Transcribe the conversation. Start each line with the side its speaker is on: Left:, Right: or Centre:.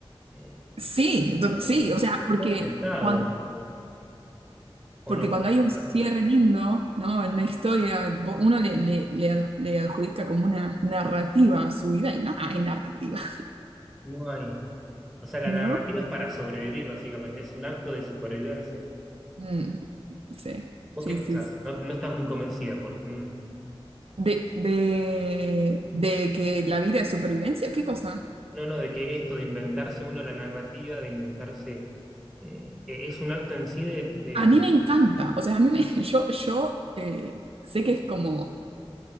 Centre: eh,
Right: Sí, do-
Centre: esos
Right: sí,
Centre: motivos?
Right: o sea,
Centre: Es
Right: porque
Centre: todo inventado,
Right: cuando,
Centre: ¿o
Right: porque
Centre: no?
Right: cuando
Centre: ¿Qué
Right: hay
Centre: pensás?
Right: un cierre lindo, ¿no? En una historia, vo- uno le, le, le ad- le adjudica como una narrativa a su vida y no hay narrativa,
Centre: No hay. O sea, la
Right: <laughs> ¿no?
Centre: narrativa es para sobrevivir, básicamente, es un acto de supervivencia.
Right: Mm, sí,
Centre: ¿Vos
Right: sí,
Centre: qué pensás?
Right: sí, sí.
Centre: No, no estás muy convencida por... mm.
Right: De, de, de que la vida es supervivencia, ¿qué cosa?
Centre: No, no, de que esto de inventarse uno la narrativa, de inventarse... eh, eh, es un acto en sí de de-
Right: A mí me encanta, o sea, a mí me, <laughs> yo, yo eh, sé que es como